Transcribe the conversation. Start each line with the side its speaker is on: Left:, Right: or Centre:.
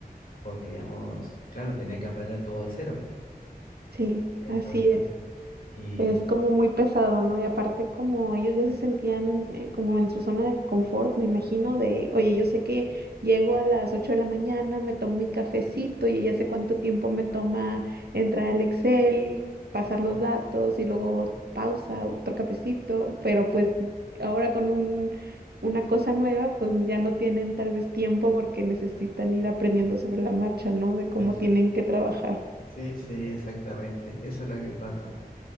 Left: porque, digamos, claro, tenían que aprender todo de cero.
Right: Sí,
Left: Entonces,
Right: así es.
Left: y
Right: Es como muy pesado, ¿no? Y aparte como ellos ya se sentían eh, como en su zona de confort, me imagino, de, oye, yo sé que llego a las 8 de la mañana, me tomo mi cafecito y ya sé cuánto tiempo me toma entrar al Excel, pasar los
Left: sí,
Right: datos y luego pausa, otro cafecito, pero pues ahora con un, una cosa nueva, pues ya no tienen tal vez tiempo porque necesitan ir aprendiendo sobre la marcha, ¿no? De cómo
Left: es-
Right: tienen que trabajar.
Left: sí, sí, exactamente, eso es lo que pasa.